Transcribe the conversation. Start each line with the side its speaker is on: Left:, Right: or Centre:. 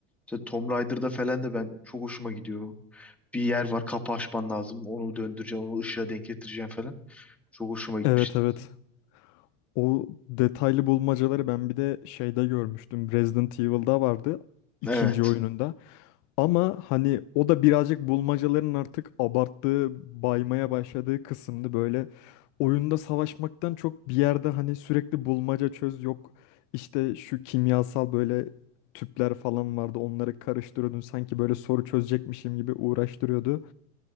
Centre: mesela Tomb Raider'da falan da ben çok hoşuma gidiyor. bir yer var kapı açman lazım. Onu döndüreceğim, onu ışığa denk getireceğim falan. Çok hoşuma gitmişti.
Left: Evet evet. O detaylı bulmacaları ben bir de şeyde görmüştüm. Resident Evil'da vardı. ikinci
Centre: Evet.
Left: oyununda. Ama hani o da birazcık bulmacaların artık abarttığı, baymaya başladığı kısımdı. Böyle oyunda savaşmaktan çok bir yerde hani sürekli bulmaca çöz yok. işte şu kimyasal böyle tüpler falan vardı onları karıştırıyordun. Sanki böyle soru çözecekmişim gibi uğraştırıyordu.